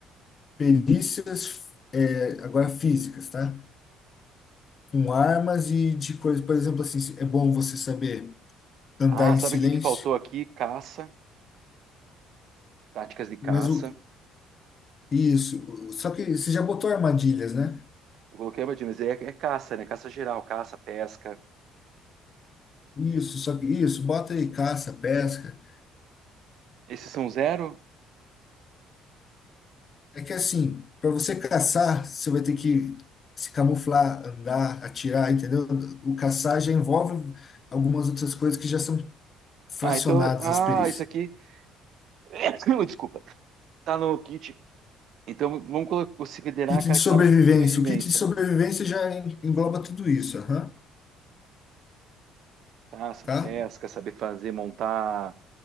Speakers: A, on the left (about 35°); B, on the right (about 65°).
A: perícias, é, agora físicas, tá? com armas e de coisas, por exemplo, assim, é bom você saber andar
B: Ah,
A: em
B: sabe
A: silêncio,
B: o que que faltou aqui? Caça, táticas de caça.
A: mas o isso, o- só que você já botou armadilhas, né?
B: Eu coloquei abadinha, mas é, é caça, né? Caça geral, caça, pesca.
A: Isso, só que isso, bota aí caça, pesca.
B: Esses são zero?
A: É que assim, para você caçar, você vai ter que se camuflar, andar, atirar, entendeu? O caçar já envolve algumas outras coisas que já são fracionadas
B: Ah, então. Ah,
A: as perícias.
B: isso aqui. <coughs> Desculpa. Tá no kit. Então vamos colo- considerar,
A: Kit de
B: cara,
A: sobrevivência.
B: que tá no kit sobrevivência.
A: O kit de sobrevivência já en- engloba tudo isso, aham,
B: Caça,
A: tá?
B: pesca, saber fazer, montar